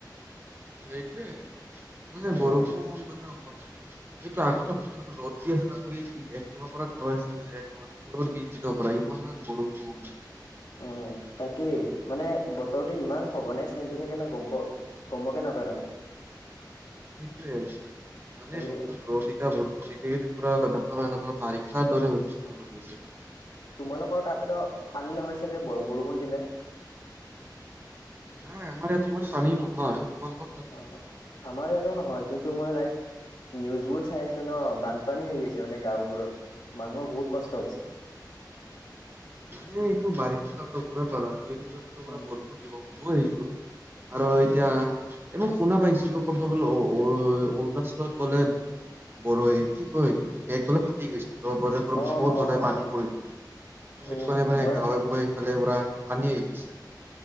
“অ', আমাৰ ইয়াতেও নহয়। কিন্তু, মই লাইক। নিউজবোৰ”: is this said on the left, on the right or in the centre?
Left